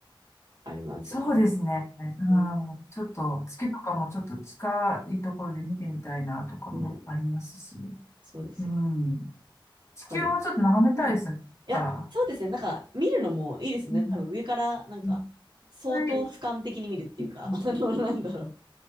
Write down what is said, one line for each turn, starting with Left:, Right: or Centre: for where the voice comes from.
Right: ありますよね。
Left: そうですね。うん。
Right: うん、
Left: ちょっと、月とかもちょっと近いところで見てみたいなとかもありますし。
Right: うん、そうですよ。
Left: うん。地球もちょっと眺めたいですよね。
Right: わかりうんいや、
Left: だから。
Right: そうですね。なんか、見るのもいいですね。
Left: うん。
Right: 多分上から、なんか、
Left: いっ
Right: 相当俯瞰的に見るっていうか、
Left: ぱいうん
Right: <laughs> あの、なんだろ